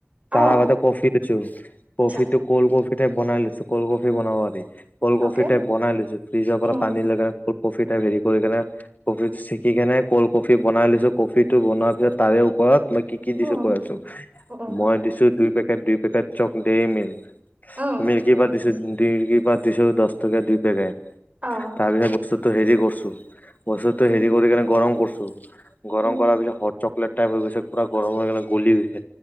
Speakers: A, on the right; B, on the left.
A: অ
B: তাৰ আগতে কফি দিছো
A: আচ্ছা
B: কফি টো ক'ল্ড কফি। বনাই লৈ। কল কফি বনাব পাৰি। কল কফি
A: অকে
B: টাইপ বনাই লৈছো ফ্ৰিজৰ
A: উম
B: পৰা পানী লগাই কফি তাক হেৰি কৰি কিনে কফি টো চেকি কেনে কল্ড কফি বনাই লৈছো। কফি টো বনোৱাৰ পিছত তাৰে ওপৰত কি - কি
A: উম
B: দিছো কৈ আছো
A: উম
B: মই দিছো দুই পে দুই পেকেট চকলে মিল।
A: উম
B: মিল্ক দু কি পাতিশ দশ টকা দুই পে।
A: অ
B: তাৰপিছত। পিছতো হেৰি কৰছো। বস্তুতটো
A: উম
B: হেৰি কৰি কেনে গৰম কৰচো। গৰম
A: উম
B: কৰাৰ পিছত হট চকলেট টাইপ হৈ গৈছে পুৰা গৰম হৈ গলে গলি গৈছে।